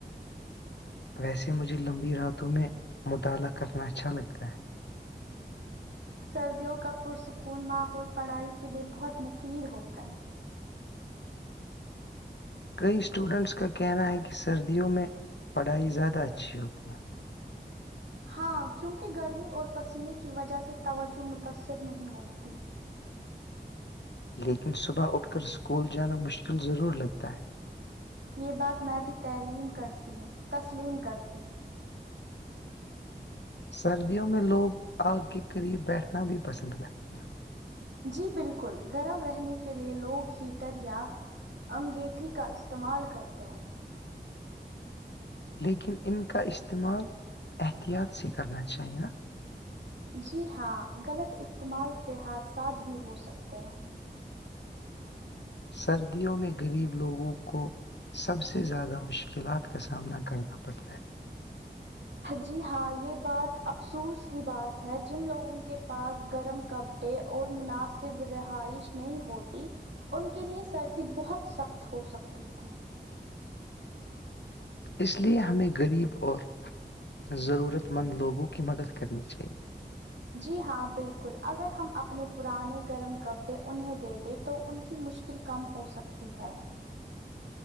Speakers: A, on the left (about 75°); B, on the right (about 80°).
A: ویسے مجھے لمبی راتوں میں مطالعہ کرنا اچھا لگتا ہے
B: سردیوں کا پرسکون ماحول پڑھائی کے لیے بہت مفید ہوتا ہے
A: کئی اسٹوڈنٹس کا کہنا ہے کہ سردیوں میں پڑھائی زیادہ اچھی ہوتی ہے
B: ہاں کیونکہ گرمی اور پسینے کی وجہ سے توجہ متاثر نہیں ہوتی
A: لیکن صبح اٹھ کر اسکول جانا مشکل ضرور لگتا ہے
B: یہ بات میں بھی تعلیم کرتی ہوں تسلیم کرتی ہوں
A: سردیوں میں لوگ آگ کے قریب بیٹھنا بھی پسند کرتے ہیں
B: جی بالکل گرم رہنے کے لیے لوگ ہیٹر یا انگیٹھی کا استعمال کرتے ہیں
A: لیکن ان کا استعمال احتیاط سے کرنا چاہیے
B: جی ہاں غلط استعمال سے حادثات بھی ہو سکتے ہیں
A: سردیوں میں غریب لوگوں کو سب سے زیادہ مشکلات کا سامنا کرنا پڑتا ہے
B: جی ہاں یہ بات افسوس کی بات ہے جن لوگوں کے پاس گرم کپ اور مناسب رہائش نہیں ہوتی ان کے لیے سردی بہت سخت ہو سکتی ہے
A: اس لیے ہمیں غریب اور ضرورت مند لوگوں کی مدد کرنی چاہیے
B: جی ہاں بالکل اگر ہم اپنے پرانے گرم کپڑے انہیں دے دیں تو ان کی مشکل کم ہو سکتی ہے